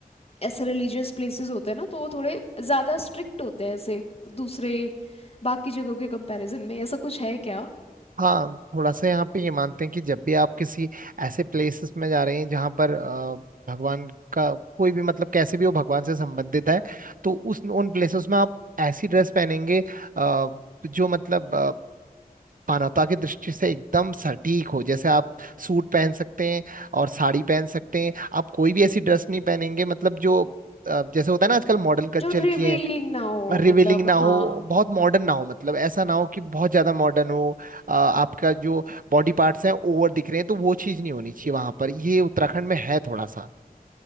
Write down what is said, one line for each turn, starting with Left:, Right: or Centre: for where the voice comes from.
Left: ऐसे रिलीजियस प्लेसेस होते हैं ना तो वो थोड़े ज़्यादा स्ट्रिक्ट होते हैं ऐसे दूसरे बाकी जगहों के कंपैरिजन में ऐसा कुछ है क्या
Right: हाँ थोड़ा सा यहाँ पे ये मानते हैं कि जब भी आप किसी ऐसे प्लेसेस में जा रहे हैं जहाँ पर अ, भगवान का कोई भी मतलब कैसे भी वो भगवान से संबंधित है तो उस उन प्लेसेस में आप ऐसी ड्रेस पहनेंगे अ, जो मतलब मानवता की दृष्टि से एकदम सटीक हो जैसे आप सूट पहन सकते हैं और साड़ी पहन सकते हैं आप कोई भी ऐसी ड्रेस नहीं पहनेंगे मतलब जो अ, जैसे होता है ना आजकल मॉडर्न कल्चर
Left: जो रिवीलिंग
Right: की है
Left: ना हो
Right: रिवीलिंग
Left: मतलब
Right: ना हो
Left: हाँ
Right: बहुत मॉडर्न ना हो मतलब ऐसा ना हो कि बहुत ज्यादा मॉडर्न हो अ, आपका जो बॉडी पार्ट्स हैं ओवर दिख रहे हैं तो वो चीज नहीं होनी चाहिए वहां पर ये उत्तराखंड में है थोड़ा सा